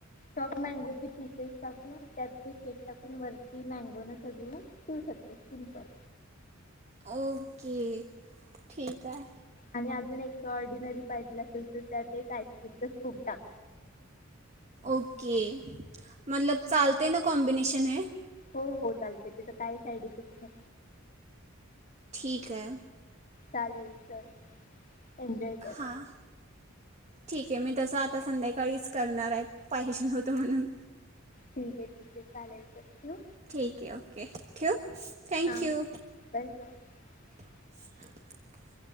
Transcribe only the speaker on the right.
ओके ठीक आहे
ओके मतलब चालते ना कॉम्बिनेशन हे
ठीक आहे
हां ठीक आहे मी तसं आता संध्याकाळीच करणार आहे पाहिजे होत म्हणून
ठीक आहे ओके ठेऊ थँक्यू
<unintelligible>